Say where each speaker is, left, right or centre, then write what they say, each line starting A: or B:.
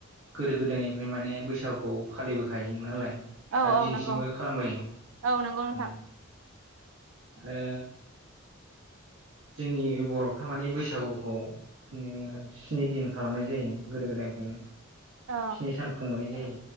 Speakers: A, on the right; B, on the right.
A: गोदो गोदायनिफ्राय माने बैसागुखौ फालिबोखायो नालाय
B: औ
A: आरो
B: औ
A: दिनैसिमबो
B: नंगौ
A: खालामबोयो
B: औ नंगौ नोंथां
A: उम आरो। जोंनि बर'फ्रा माने बैसागुखौ उम स्नि दिन खालामनाय जायो गोदो गोदाय निफ्रायनो
B: औ
A: स्नि सान खुंबोनाय जायो।